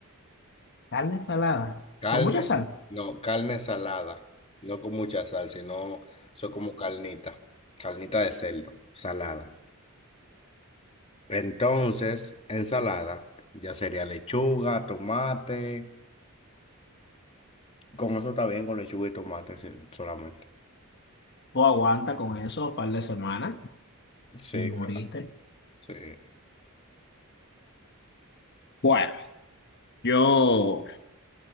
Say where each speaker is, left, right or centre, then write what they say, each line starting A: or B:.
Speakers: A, on the left; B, on the left.
A: Carne salada.
B: Carne,
A: Con mucha sal.
B: no, carne salada, no con mucha sal, sino eso como carnita, carnita de cerdo, salada. Entonces, ensalada, ya sería lechuga, tomate. Con eso está bien, con lechuga y tomate sí, solamente.
A: Tú aguanta con eso un par de semanas
B: Sí,
A: sin morirte.
B: claro. Sí.
A: Bueno, yo